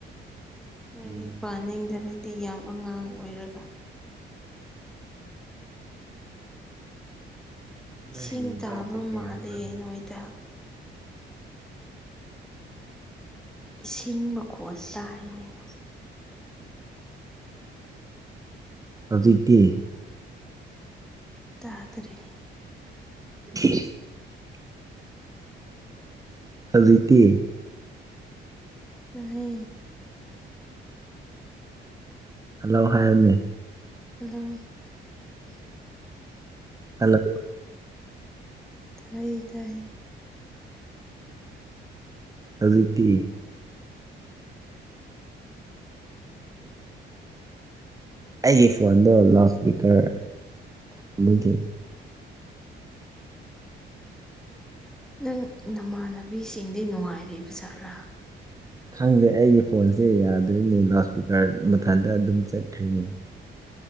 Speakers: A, in the centre; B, on the right.
A: ꯂꯥꯏꯔꯤꯛ
B: ꯎꯝ
A: ꯄꯥꯅꯤꯡꯗ꯭ꯔꯗꯤ ꯌꯥꯝ ꯑꯉꯥꯡ ꯑꯣꯏꯔꯒ ꯏꯁꯤꯡ
B: ꯅꯪ ꯍꯌꯦꯡ
A: ꯇꯥꯕ
B: ꯀꯥꯏ ꯆꯠꯀꯦ
A: ꯃꯥꯜꯂꯦ
B: ꯍꯥꯏꯕ꯭ꯔꯣ
A: ꯅꯣꯏꯗ ꯏꯁꯤꯡ ꯃꯈꯣꯟꯜ ꯇꯥꯍꯦꯅꯩ
B: ꯑꯖꯤꯛꯇꯦ
A: ꯇꯥꯗ꯭ꯔꯦ
B: <unintelligible> ꯍꯧꯖꯤꯛꯇꯤ
A: <unintelligible>
B: ꯍꯜꯂꯣ ꯍꯥꯏꯕꯅꯦ
A: ꯍꯜꯂꯣ
B: ꯍꯜꯂꯣ
A: ꯇꯥꯏ ꯇꯥꯏ
B: ꯍꯧꯖꯤꯛꯇꯤ
A: <inaudible> ꯀꯤꯜꯍꯧ ꯋꯥꯅꯦ ꯈꯣꯟꯁꯨ ꯑꯣꯏꯇꯕꯤꯗ
B: ꯑꯩꯒꯤ ꯐꯣꯟꯗꯣ ꯂꯥꯎꯠ ꯏꯁꯄꯤꯀꯔ ꯊꯝꯕꯒꯤ
A: ꯅꯪ ꯅꯃꯥꯟꯅꯕꯤꯁꯤꯡꯗꯤ ꯅꯨꯡꯉꯥꯏꯔꯤꯕ ꯖꯥꯠꯂꯥ
B: ꯈꯪꯗꯦ ꯑꯩꯒꯤ ꯐꯣꯟꯁꯦ ꯌꯥꯗ꯭ꯔ‌ꯦꯅ‌ꯦ ꯂꯥꯎꯠ ꯏꯁꯄꯤꯀꯥꯔ ꯃꯊꯟꯇ ꯑꯗꯨꯝ ꯆꯠꯈ꯭ꯔ‌ꯦꯅ‌ꯦ